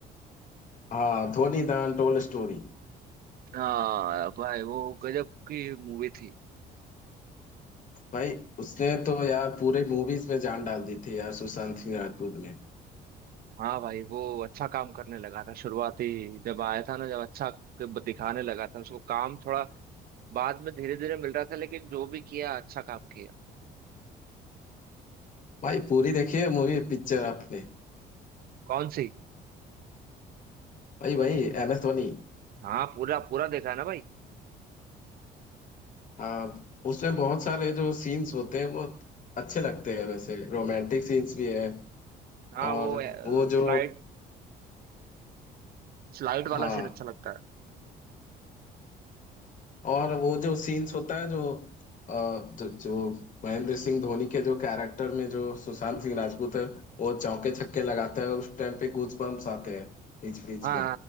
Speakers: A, on the left; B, on the right.
A: हाँ धोनी द अनटोल्ड स्टोरी
B: हाँ भाई वो गजब की मूवी थी
A: भाई उसने तो यार पूरे मूवीज में जान डाल दी थी यार सुशांत सिंह राजपूत ने
B: हाँ भाई वो अच्छा काम करने लगा था शुरुआती जब आया था ना जब अच्छा क- दिखाने लगा था उसको काम थोड़ा बाद में धीरे धीरे मिल रहा था लेकिन जो भी किया अच्छा काम किया
A: भाई पूरी देखिए मूवी पिक्चर आपने
B: कौन सी
A: भाई भाई एम एस धोनी
B: हाँ पूरा पूरा देखा है ना भाई
A: आ, उसमें बहुत सारे जो सीन्स होते हैं वो अच्छे लगते हैं वैसे रोमांटिक सीन्स भी है
B: हाँ
A: और
B: वो
A: वो जो
B: फ्लाइट फ्लाइट वाला
A: हाँ
B: सीन अच्छा लगता है
A: और वो जो सीन्स होता है जो आ, जो, जो महेंद्र सिंह धोनी के जो कैरेक्टर में जो सुशांत सिंह राजपूत है वो चौके छक्के लगाता है उस टाइम पे गूज बम्प्स आते हैं बीच बीच
B: हाँ
A: में